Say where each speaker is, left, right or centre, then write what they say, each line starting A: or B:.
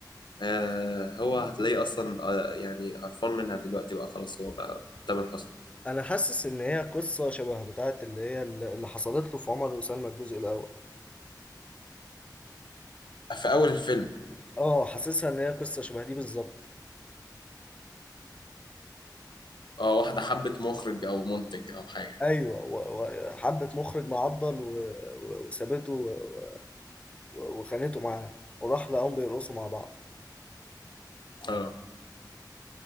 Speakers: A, on the left; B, on the left.
A: آه هو هتلاقيه اصلا آه يعني قرفان منها دلوقتي بقى خلاص هو بقى تامر حسني
B: انا حاسس ان هي قصة شبه بتاعت اللي هي اللي حصلت له في عمر وسلمى الجزء الاول
A: في اول الفيلم
B: اه حاسسها ان هي قصة شبه دي بالظبط
A: اه واحده حبت مخرج او منتج او حاجه
B: ايوه و- وحبت مخرج معضل و- و- وسابته و- و- وخانته معاه وراح لقاهم بيرقصوا مع بعض
A: اه